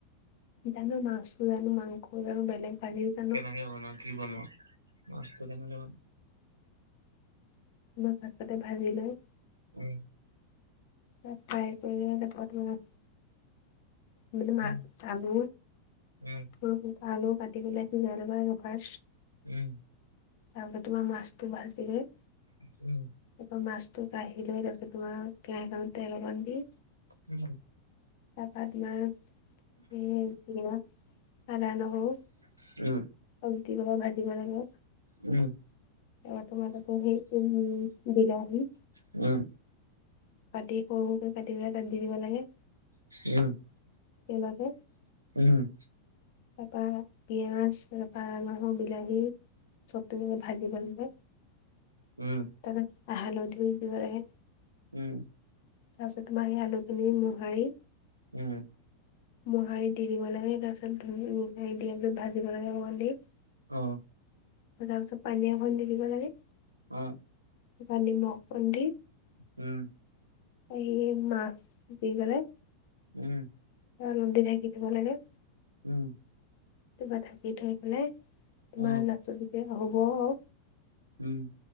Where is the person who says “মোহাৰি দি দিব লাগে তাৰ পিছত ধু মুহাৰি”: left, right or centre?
Left